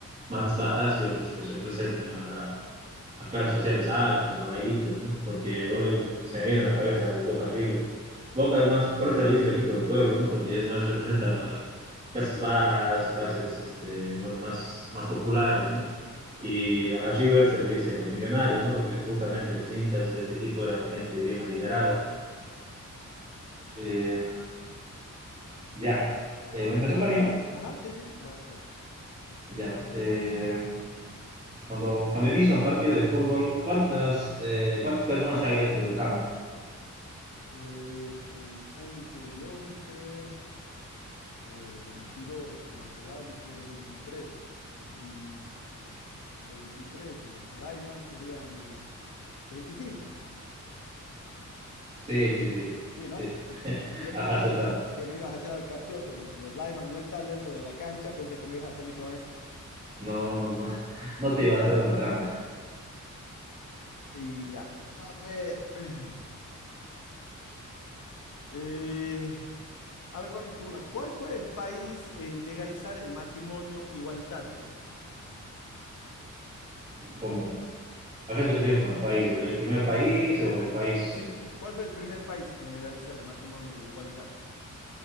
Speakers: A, on the right (about 25°); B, on the left (about 75°).
A: más bajas y otros que representan a la, a clases sociales altas o a élites, ¿no? Porque, bueno, yo- se me viene a la cabeza el Boca River. Boca es más, por eso le dice el equipo del pueblo, ¿no? Porque es más, representa las clases bajas, clases, este, bueno, más, más populares, ¿no? Y a River se le dice los millonarios, ¿no? Porque justamente los hinchas de este equipo eran gente bien adinerada. Eh, ya,
B: A ver,
A: Eh, me, me toca a mí, ¿no?
B: Ajá, sí, sí, vas vos.
A: Ya. Eh, cuando, cuando inicia un partido de fútbol, ¿cuántas, eh, cuántas personas hay dentro del campo?
B: Eh, son once y 11 eh, 22 más el árbitro, veintitrés Y 23 los linesmen serían veinticinco
A: Sí, sí, sí,
B: Sí, ¿no?
A: sí. <laughs>
B: Yo
A: Ajá,
B: pensé
A: sí
B: que
A: está.
B: no, que me ibas a hacer al capcioso. Los, los linemen no están dentro de la cancha. Pensé que me ibas a salir con eso.
A: No, no, no, no te iba a hacer una trampa.
B: Y ya. A ver. <clears throat> eh, a ver, vamos con una. ¿Cuál fue el país en legalizar el matrimonio igualitario?
A: como ¿A qué te refieres con el país? ¿El, el primer país o
B: El pri-
A: el país
B: sí, sí,
A: en
B: sí.
A: que-
B: ¿Cuál fue el primer país en legalizar el matrimonio igualitario?